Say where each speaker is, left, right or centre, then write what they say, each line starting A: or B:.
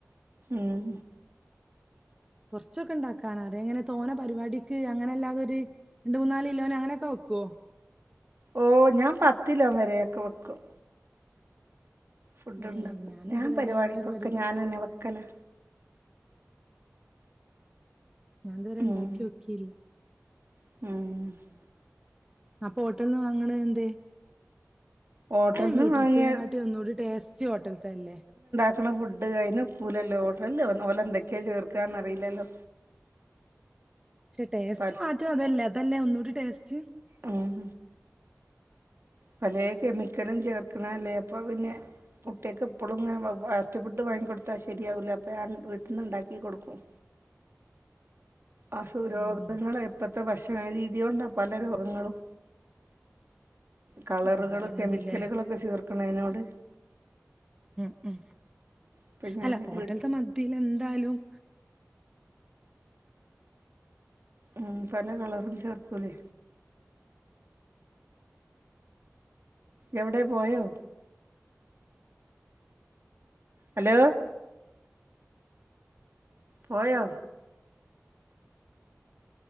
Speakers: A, on the right; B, on the right.
A: ഉം
B: കൊർച്ചൊക്കെണ്ടാക്കാനറിയ എങ്ങനെ തോനെ പരിവാടിക്ക് അങ്ങനെ അല്ലാതെ ഒര് രണ്ട് മൂന്നാല് ലോന് അങ്ങനൊക്കെ വെക്കോ
A: ഓഹ് ഞാൻ പത്തി ലോം വരെ യൊക്കെ വയ്ക്കും ഫുഡ്
B: ഏ
A: ണ്ടാക്കും ഞാൻ
B: ഇതുവരെ
A: പരിവാടിക്കൊക്കെ
B: അങ്ങനെ ഒരു പരി
A: ഞാനെന്നെ വെക്കലാ
B: ഞാൻ തുവരെണ്ടാക്കി
A: ഉം
B: ഓക്കില്ല
A: ഉം
B: അപ്പൊ ഹോട്ടൽന്ന് വാങ്ങണേ എന്തെ
A: ഹോട്ടൽന്ന്
B: അയിന് വീട്ടിൽ
A: വാങ്ങിയ
B: ത്തെനെക്കാട്ടി ഒന്നൂടി ടേസ്റ്റ് ഹോട്ടൽത്തല്ലേ
A: വെക്കണ ഫുഡ് അയിന് ക്കൂലല്ലോ ഹോട്ടല്ണാ ഓലെ ന്തൊക്കെ ചേർക്കാന്നറീലല്ലോ
B: പക്ഷെ ടേസ്റ്റ്
A: പല
B: മാറ്റം അതല്ലേ അതല്ലേ ഒന്നൂടി ടേസ്റ്റ്
A: ഉം പലേ കെമിക്കലും ചേർക്കണെല്ലേ അപ്പൊ പിന്നെ പുട്ടിയെക്ക് എപ്പളും ങ്ങനെ ഫാസ്റ്റ് ഫുഡ് വാങ്ങി കൊട്ത്താ ശരിയാവൂല അപ്പൊ ഞാൻ വീട്ട്ന്ന്ണ്ടാക്കി കൊടുക്കും അസു രോഗങ്ങള്
B: ഉം
A: ഇപ്പത്തെ ഭക്ഷണരീതി കൊണ്ടാ പല രോഗങ്ങളും കളറുകള്
B: ഉണ്ടാകണതില്ലേ
A: കെമിക്കലുകളൊക്കെ ചേർക്കണേനൊട്
B: ഉം ഉം
A: ഇപ്പം ഞാൻ
B: അല്ല ഹോട്ടലത്തെ
A: വീ
B: മന്തീല് എന്തായാലും
A: ഉം പല കളറും ചേർക്കൂലേ എവിടെ പോയോ ഹലോ പോയോ